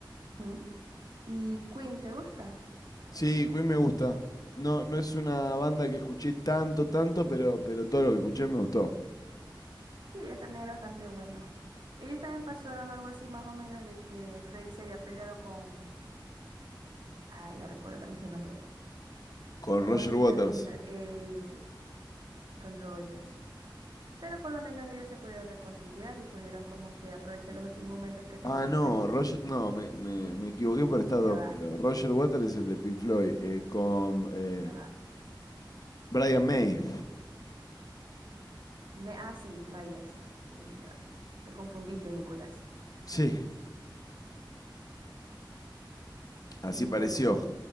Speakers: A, on the right; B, on the left.
A: ¿Mm? ¿Y Queen, te gusta?
B: Sí, Queen me gusta. No, no es una banda que escuché tanto, tanto, pero, pero todo lo que escuché me gustó.
A: Sí, ellos también era bastante bueno. Ellos también pasaron algo así más o menos de que Freddy se había peleado con... Ay, no recuerdo también su nombre.
B: Con
A: Con
B: Roger
A: el guitarrista,
B: Waters.
A: ese, con Rogers. Pero por lo menos ellos se pudieron reconciliar y pudieron como que aprovechar los últimos momentos que tenía
B: Ah, no,
A: Freddy.
B: Roger, no, me, me, me equivoqué por estar dormido.
A: Ya va,
B: Roger Waters es el de Pink Floyd, eh, con eh,
A: ya va.
B: Brian May.
A: Me... Ah, sí, Myers. Y ya va. Me confundiste, Nicolás.
B: Sí, Así
A: Sí,
B: pareció.
A: bueno.